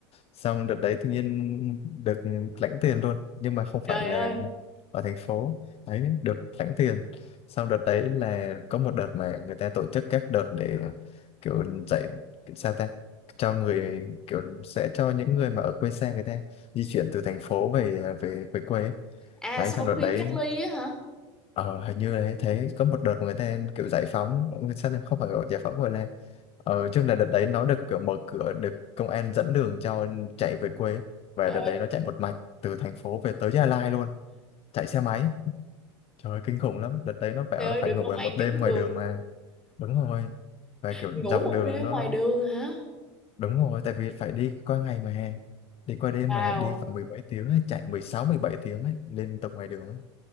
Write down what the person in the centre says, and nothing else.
trời
ơi
à
sau
khi
cách ly á hả
trời
ơi.
trời
ơi được
công an
dẫn
đường
ngủ
một
đêm
ngoài đường hả
wow